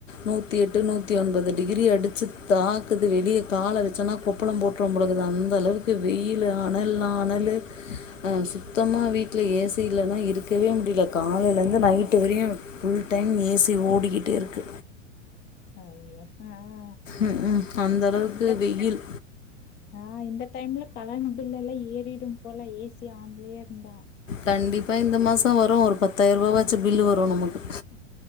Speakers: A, on the left; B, on the left.
A: நூத்தி எட்டு நூத்தி ஒன்பது டிகிரி அடிச்சு தாக்குது வெளியே கால வெச்சோனா கொப்ப ளோ போட்றோ போலக்குது அந்த அளவுக்கு வெயில் அனல்னா அனலு ஆ சுத்தமா வீட்ல ஏ சி இல்லன்னா இருக்கவே முடியல காலைலந்து இந்து night very full time A C ஓடிக்கிட்டே இருக்கு
B: அய்யோ ஆ ஆ
A: ம் ம் அந்த அளவுக்கு
B: இங்க
A: வெயில்
B: ஆ இந்த டைம்ல கரண்ட் பில் எல்லா ஏறிடோ போல ஏ சி ஆன்லயே இருந்தா
A: கண்டிப்பா இந்த மாசோ வரோ ஒரு பத்தாயிரபாச்சு பில்லு வரோ நமக்கு